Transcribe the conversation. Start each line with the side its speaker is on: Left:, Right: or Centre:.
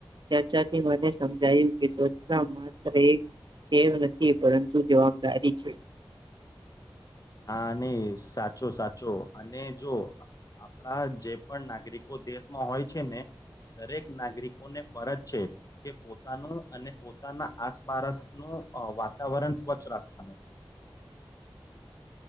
Right: ચર્ચાથી મને સમજાયું કે સચના માત્ર એકવ નથી પરંતુ જવાબદારી છે.
Left: હા નહી સાચો સાચો અને જો આપણા જે પણ નાગરિકો દેશમાં હોય છે, ને દરેક નાગરિકોને ફરજ છે, કે પોતાનું અને પોતાના આસપાસનું વાતાવરણ સ્વચ્છ રાખવાનું.